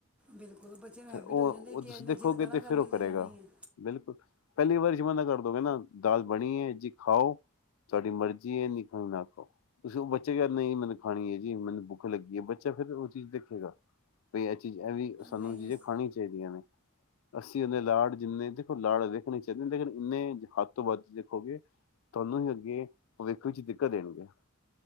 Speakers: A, in the centre; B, on the left.
A: ਬਿਲਕੁਲ ਬੱਚੇ ਨੂੰ
B: ਫੇਰ
A: ਹੈਬਿਟ
B: ਉਹ
A: ਹੋ ਜਾਂਦੀ
B: ਉਹ
A: ਹੈ ਕਿ
B: ਤੁਸੀਂ
A: ਅੱਜ ਮੈਂ
B: ਦੇਖੋਗੇ
A: ਜਿੱਦ ਕਰਾਂਗਾ
B: ਤੇ ਫਿਰ ਉਹ
A: ਮਿਲ
B: ਕਰੇਗਾ
A: ਤਾਂ ਜਾਣਾ ਹੀ ਹੈ
B: ਬਿਲਕੁਲ ਪਹਿਲੀ ਵਾਰੀ ਜਮਾ ਨਾ ਕਰਦੋਗੇ ਨਾ ਦਾਲ ਬਣੀ ਹੈ ਜੀ ਖਾਓ ਤੁਹਾਡੀ ਮਰਜ਼ੀ ਹੈ ਨਹੀ ਖਾਣਾ ਨਾ ਖਾਓ ਹ ਤੁਸੀਂ ਉਹ ਬੱਚੇ ਕ ਨਹੀਂ ਮੈਨੂੰ ਖਾਣੀ ਹੈ ਜੀ ਮੈਨੂੰ ਬੁ <unintelligible> ਬੱਚਾ ਫੇਰ ਉਹ ਚੀਜ਼ ਦੇਖੇਗਾ ਵੀ ਇਹ ਚੀਜ਼ ਐ ਵੀ ਸਾਨੂੰ
A: ਨਹੀਂ
B: ਇਹ ਚੀਜ਼ਾਂ
A: ਇਸ
B: ਖਾਣੀ ਚਾਹੀਦੀਆਂ ਨੇ ਅਸੀਂ ਉਹਦੇ ਲਾਡ ਜਿੰਨੇ ਦੇਖੋ ਲਾਡ ਵੇਖਣੀ ਚਾਹੀਦੇ ਲੇਕਿਨ ਇੰਨੇ ਹੱਦ ਤੋਂ ਵੱਧ ਦੇਖੋਗੇ ਤੁਹਾਨੂੰ ਹੀ ਅੱਗੇ ਭਵਿੱਖ ਵਿੱਚ ਦੇਣਗੇ